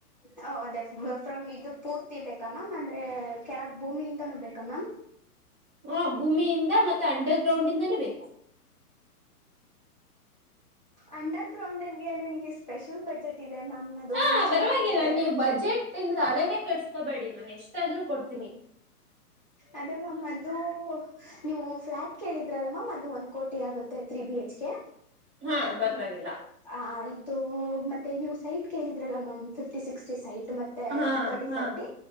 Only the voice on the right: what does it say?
ಹಾ ಭೂಮಿಯಿಂದ ಮತ್ತೆ ಅಂಡರ್ ಗ್ರೌಂಡ್ ಇಂದದಾನೇ ಬೇಕು
ಹಾ
ಪರವಾಗಿಲ್ಲ ನೀವು್ ಬಜೆಟ್ ಇಂದ ಹಳೇನೇ ಕಳ್ಸ್ಕೋಬೇಡಿ ನಾನ ಎಷ್ಟ ಆದ್ ಕೊಟ್ಟ
ಹಾ ಪರವಾಗಿಲ್ಲ
ಹಾ
ಹಾ